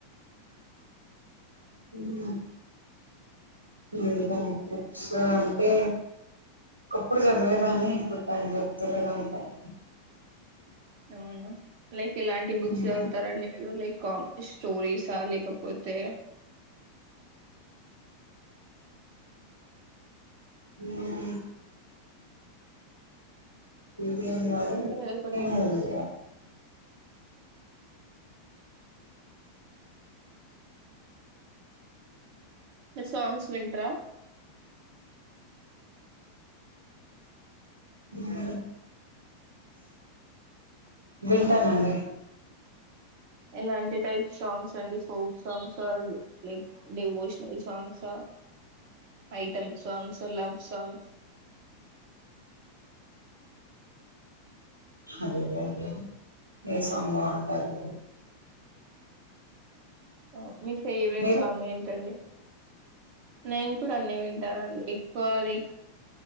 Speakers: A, on the right; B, on the right.
A: హ ఏధానికి బుక్స్ అంటే ఒకప్పుడు చదివేదాన్ని ఇప్పుడు టైం చెప్తలేద అంటారు
B: అవును లైక్ ఇలాంటి బుక్స్
A: హ్మ్
B: చదువుతారండి మీరు లైక్ కమ్ స్టోరీసా లేకపోతే
A: మ్మ్ వె యి అన్నారు
B: ఉంటాయి కదా కొన్ని
A: ఏం గాదులే
B: బుక్స్ న సాంగ్స్ వింట్రా
A: మ్మ్ వింటానండి
B: ఎలా అం టి టైప్ సాంగ్స్ అండి folk songs like, devotional songs, item songs, love songs.
A: అదే <unintelligible> ఏ సాంగ్ బావుంటాది
B: ఓ మీ ఫేవరెట్
A: మీరు
B: సాంగ్ ఏంటండి నేను ఇప్పుడు అన్ని వింటానండి ఎక్కువ లైక్